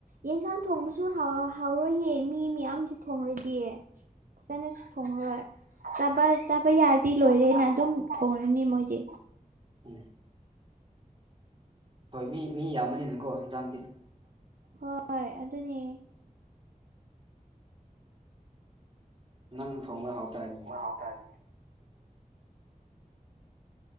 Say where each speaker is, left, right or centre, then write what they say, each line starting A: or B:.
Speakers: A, on the right; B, on the right.
A: ꯌꯦꯟꯁꯥꯡ ꯊꯣꯡꯕꯁꯨ ꯍꯥꯎ ꯍꯥꯎꯔꯣꯏꯌꯦ ꯃꯤ ꯃꯌꯥꯝꯒꯤ ꯊꯣꯡꯔꯗꯤ ꯆꯟꯅꯁꯨ ꯊꯣꯡꯉꯔꯣꯏ ꯆꯥꯕ ꯆꯥꯕ ꯌꯥꯔꯗꯤ ꯂꯣꯏꯔꯦꯅ ꯑꯗꯨꯝ ꯊꯣꯡꯔꯅꯤ ꯃꯣꯏꯗꯤ
B: ꯎꯝ ꯃꯤ ꯃꯤ ꯌꯥꯝꯕꯅꯤꯅꯀꯣ ꯌꯦꯟꯖꯥꯡꯗꯤ
A: ꯍꯣꯏ ꯑꯗꯨꯅꯦ
B: ꯅꯪꯅ ꯊꯣꯡꯕ ꯍꯥꯎꯇꯥꯔꯦꯅꯦ
A: <unintelligible>